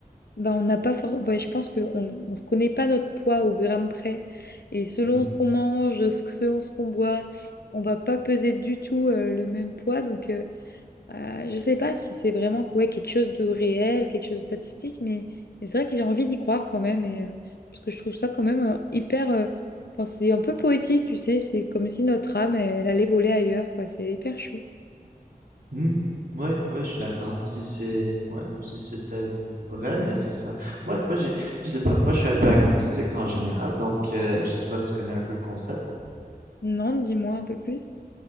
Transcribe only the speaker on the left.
Bah, on n'a pas for... ouais, je pense qu'on on on se connaît pas notre poids au gramme près. Et selon
ce qu'on mange, ce selon ce qu'on boit, on va pas peser du tout euh, le même poids. Donc, euh, euh, je sais pas si c'est vraiment ouais, quelque chose de réel, quelque chose de statistique, mais, mais c'est vrai que j'ai envie d'y croire quand même. Et, euh, parce que je trouve ça quand même euh, hyper. euh, enfin, c'est un peu poétique, tu sais. C'est comme si notre âme, elle, allait voler ailleurs, quoi. C'est hyper chou.
Non, dis-moi un peu plus.